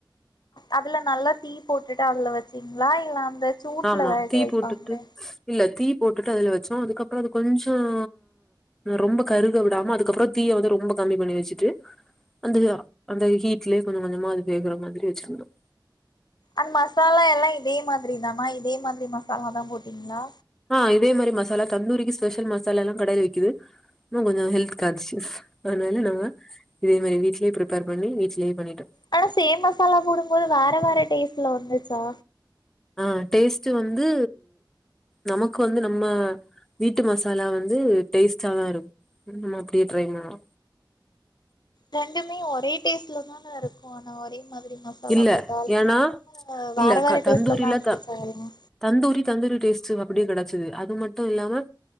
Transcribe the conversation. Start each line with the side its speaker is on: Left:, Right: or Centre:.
Left: அதுல நல்லா தீ போட்டுட்டு அதுல வச்சீங்களா இல்ல அந்த. சூட்ல
Centre: ஆமா
Left: வேக
Centre: தீ
Left: வைப்பாங்களே
Centre: போட்டுட்டு இல்ல தீ. போட்டுட்டு அதுல வச்சோம் அதுக்கப்புறம் அது கொஞ்சம் ரொம்ப கருக விடாம அதுக்கப்புறம் தீய வந்து ரொம்ப கம்மி பண்ணி வச்சுட்டு அந்த அந்த ஹீட்லயே கொஞ்சம் கொஞ்சமா அது வேகுற மாதிரி வச்சிருந்தோம்.
Left: அந்த மசாலா எல்லாம். இதே மாதிரி தானா இதே மாதிரி மாச மசாலா தா போட்டிங்களா.
Centre: ஆஹ இதே மாதிரி மசாலா தந்தூரிக்கு ஸ்பெஷல் மசாலா எல்லாம் கடையில விக்குது கொஞ்சம் ஹெல்த் கான்சியஸ் அதனால நாங்க இதே மாரி வீட்லேயே ப்ரிப்பர் பண்ணி வீட்லேயே பண்ணிட்டோம்.
Left: ஆனா சேம் மசாலா போடும்போது வேற வேற டேஸ்ட்ல வந்துச்சா.
Centre: ஆஹ டேஸ்ட்டு வந்து நமக்கு வந்து நம்ம வீட்டு மசாலா வந்து டேஸ்டாதா இருக்கு நம்ம அப்படியே ட்ரை பண்ணலா
Left: ரெண்டுமே ஒரே டேஸ்ல தான இருக்கு ஆனா ஒரே. மாதிரி மசாலா
Centre: இல்ல
Left: போட்டால்
Centre: ஏனா
Left: நம்ம வேற
Centre: இல்ல
Left: வேற
Centre: த தந்தூரில
Left: டேஸ்ட்ல தா இருந்துச்சா எல்லா
Centre: தந்தூரி தந்தூரி டேஸ்ட்டு. அப்படியே கிடைச்சுது அது மட்டு இல்லாம